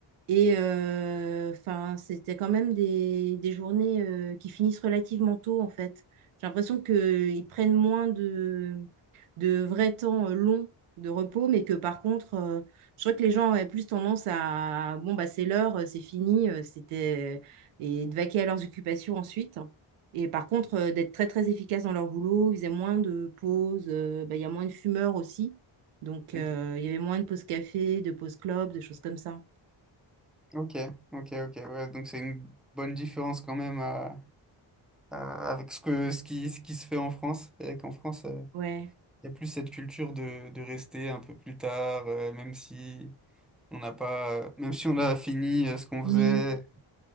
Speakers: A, on the right; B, in the centre.
A: et euh, enfin, c'était quand même des, des journées euh, qui finissent relativement tôt en fait. J'ai l'impression qu'ils prennent moins de, de vrais temps euh, longs de repos, mais que par contre, euh, je crois que les gens avaient plus tendance à bon bah c'est l'heure, euh, c'est fini, euh, c'était et de vaquer à leurs occupations ensuite. hein. Et par contre, euh, d'être très très efficaces dans leur boulot, ils faisaient moins de pauses, euh, bah, il y a moins de fumeurs aussi. Donc,
B: Ok,
A: euh, il y avait moins de pauses café, de pauses club, de choses comme ça.
B: ok, ok, ok. ouais, donc c'est une bonne différence quand même à- à- avec ce que, ce qui, ce qui se fait en France. Et qu'en France, euh,
A: Ouais.
B: il y a plus cette culture de, de rester un peu plus tard, euh, même si on n'a pas, euh, même si on a fini euh, ce qu'on faisait.
A: Oui.